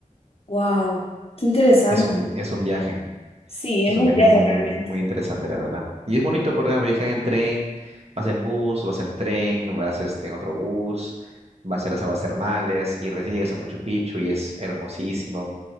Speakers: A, on the left; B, on the right.
A: Wow, qué interesante.
B: Es un, es un viaje.
A: Sí,
B: Es
A: es
B: un
A: un
B: viaje
A: viaje
B: muy, muy,
A: realmente.
B: muy interesante, la verdad. Y es bonito, ¿verdad? Viajan en tren, vas en bus, vas en tren, vas este, en otro bus, vas a las aguas termales y recién llegas a Machu Picchu y es hermosísimo.